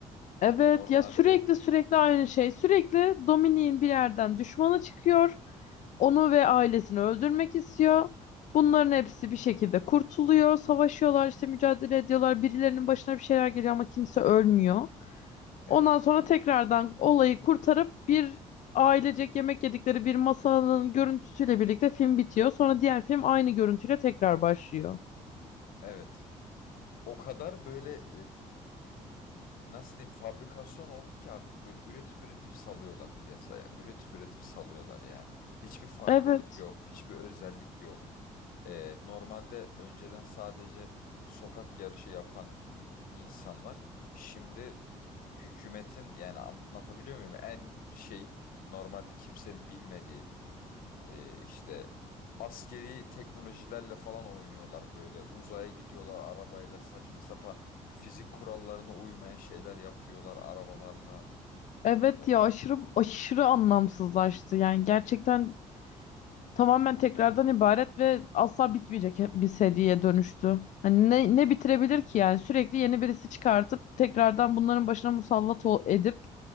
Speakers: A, on the left; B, on the left.
A: Evet
B: Hani normalde
A: ya sürekli sürekli aynı şey. Sürekli Dominik'in bir yerden düşmanı çıkıyor. Onu ve ailesini öldürmek istiyor. Bunların hepsi bir şekilde kurtuluyor. Savaşıyorlar işte mücadele ediyorlar. Birilerinin başına bir şeyler geliyor ama kimse ölmüyor.
B: evet,
A: Ondan sonra tekrardan olayı kurtarıp bir ailecek yemek yedikleri bir masanın görüntüsüyle birlikte film bitiyor. Sonra diğer film aynı görüntüyle tekrar başlıyor.
B: evet. O kadar böyle nasıl diyeyim fabrikasyon oldu ki artık böyle üretip üretip salıyorlar piyasaya. Üretip üretip salıyorlar yani. Hiçbir farklılık
A: Evet,
B: yok, hiçbir özellik yok. Ee, normalde önceden sadece sokak yarışı yapan insanlar şimdi hükümetin yani anlatabiliyor muyum? En şey normalde kimsenin bilmediği ee, işte askeri teknolojilerle falan oynuyorlar böyle. Uzaya gidiyorlar arabayla saçma sapan fizik kurallarına uymayan şeyler yapıyorlar arabalarla.
A: evet
B: Ee,
A: ya aşırı aşırı anlamsızlaştı. Yani gerçekten tamamen tekrardan ibaret ve asla bitmeyecek bir seriye dönüştü. Hani ne, ne bitirebilir ki yani sürekli yeni birisi çıkartıp tekrardan bunların başına musallat ol- edip